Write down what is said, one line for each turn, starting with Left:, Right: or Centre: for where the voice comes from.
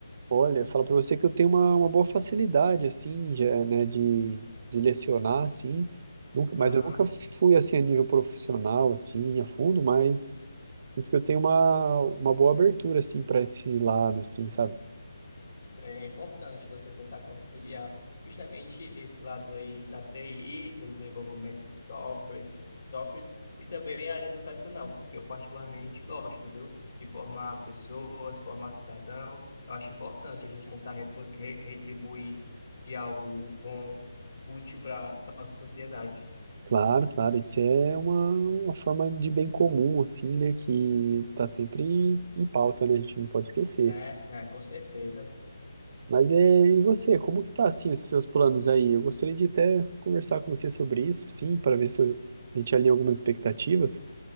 Right: olha, falo pra você que eu tenho uma, uma boa facilidade, assim, já, né, de, de lecionar, assim. Nunca, mas
Left: Aham.
Right: eu nunca fui, assim, a nível profissional, assim, a fundo, mas sinto que eu tenho uma, uma boa abertura, assim, para esse lado, assim, sabe?
Left: Isso aí É importante você tentar conciliar justamente esse lado aí da TI, desenvolvimento de softwares, softwares e também a área educacional, porque eu particularmente gosto, viu, de formar pessoas, formar cidadão. Eu acho importante a gente tentar recu- re- retribuir de algo bom, útil para nossa sociedade.
Right: Claro, claro, isso é uma, uma forma de bem comum, assim, né, que tá sempre em pauta, né, a gente não pode esquecer.
Left: É, é, com certeza.
Right: Mas é, e você, como que tá, assim, esses seus planos aí? Eu gostaria de até conversar com você sobre isso, assim, para ver se eu- a gente alinha algumas expectativas.